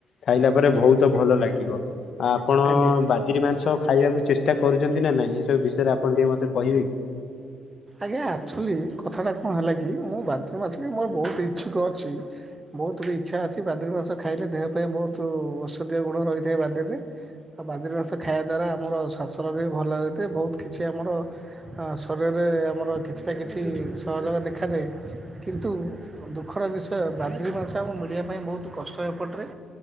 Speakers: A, on the left; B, on the right.
A: ଖାଇଲା ପରେ ବହୁତ ଭଲ ଲାଗିବ ଆପଣ
B: ଆଜ୍ଞା
A: ବା ଦିରି ମାଂସ ଖାଇବାକୁ ଚେଷ୍ଟା କରୁଛନ୍ତି ନା ନାଇଁ ଏ ସବୁ ବିଷୟରେ ଆପଣ ଟିକେ ମତେ କହିବେ କି?
B: ଆଜ୍ଞା ଆକଚୁଆଲି କଥାଟା କଣ ହେଲା କି ମୁଁ ବାଦୁରି ମାଂସରେ ମୋର ବହୁତ ଇଚ୍ଛୁକ ଅଛି ବହୁତ ବି ଇଚ୍ଛା ଅଛି ବାଦୁଡ଼ି ମାଂସ ଖାଇଲେ ଦେହ ପାଇଁ ବହୁତ ଔଷଧୀୟ ଗୁଣ ରହିଥାଏ ବାଦୁରି ରେ ଆଉ ବାଦୁରି ମାସ ଖାଇବା ଦ୍ୱାରା ଆମର ଶ୍ୱାସରୋଗ ବି ଭଲ ହୋଇଥାଏ ବହୁତ କିଛି ଆମର ଅ ଶରୀରରେ ଆମର କିଛି ନା କିଛି ସହଯୋଗ ଦେଖାଯାଏ କିନ୍ତୁ ଦୁଃଖର ବିଷୟ ବାଦୁଡ଼ି ମାଂସ ଆମକୁ ମିଳିବା ପାଇଁ ବହୁତ କଷ୍ଟ ଏପଟରେ